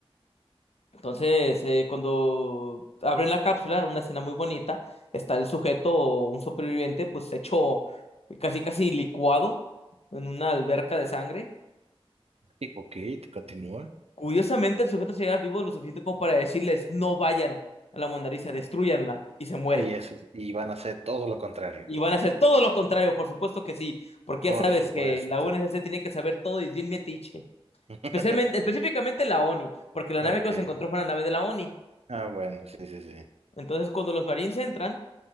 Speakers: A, on the left; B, on the right.
A: Entonces, eh, cuando abren la cápsula, una escena muy bonita, está el sujeto, un superviviente, pues hecho casi casi licuado en una alberca de sangre.
B: Y, ok, te continúa.
A: Curiosamente, el sujeto llega vivo lo suficiente como para decirles, no vayan a la Mona Lisa, destruyanla, y se muere.
B: Y eso, y van a hacer todo lo contrario.
A: Y van a hacer todo lo contrario, por supuesto que sí, porque
B: Por
A: ya sabes
B: supuesto.
A: que la UNSC tiene que saber todo y es bien metiche.
B: <laughs>
A: Especialmente, específicamente la ONI, porque la nave
B: Ok.
A: que los encontró fue una nave de la ONI.
B: Ah, bueno, sí, sí, sí.
A: Entonces, cuando los marines entran,